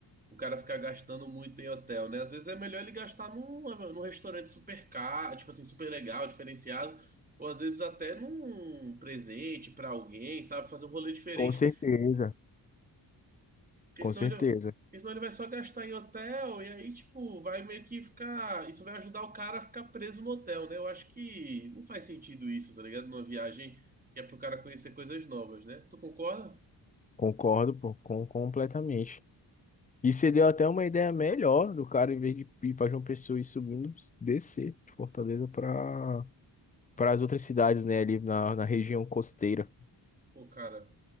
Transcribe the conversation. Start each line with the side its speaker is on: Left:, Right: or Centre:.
Right: o cara ficar gastando muito em hotel, né? Às vezes é melhor ele gastar num, num restaurante super caro, tipo assim, super legal, diferenciado, ou às vezes até num presente pra alguém, sabe? Fazer um rolê diferente,
Left: Com certeza,
Right: porque
Left: com
Right: senão
Left: certeza.
Right: ele, porque senão ele vai só gastar em hotel e aí, tipo, vai meio que ficar. Isso vai ajudar o cara a ficar preso no hotel, né? Eu acho que não faz sentido isso, tá ligado? Numa viagem que é pro cara conhecer coisas novas, né? Tu concorda?
Left: Concordo, pô, com, completamente. E você deu até uma ideia melhor do cara, em vez de ir para João Pessoa e subindo, descer de Fortaleza para para as outras cidades, né? Ali na, na região costeira.
Right: Pô, cara.